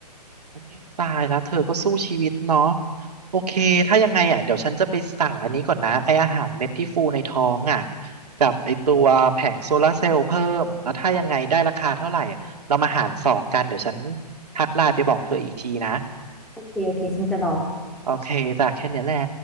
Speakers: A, on the right; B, in the centre.
A: อุ๊ยตายแล้วเธอก็สู้ชีวิตเนาะโอเคถ้ายังไงอ่ะเดี๋ยวฉันจะไปสั่งอันนี้ก่อนนะไออาหารเม็ดที่ฟูในท้องอ่ะกับไอตัวแผงโซลาร์เซลล์เพิ่มแล้วถ้ายังไงได้ราคาเท่าไหร่เรามาหารสองกันเดี๋ยวฉันทักไลน์ไปบอกเธออีกทีนะ
B: โอเคโอเคฉันจะรอ
A: โอเคจ้ะแค่เนี้ยแหละ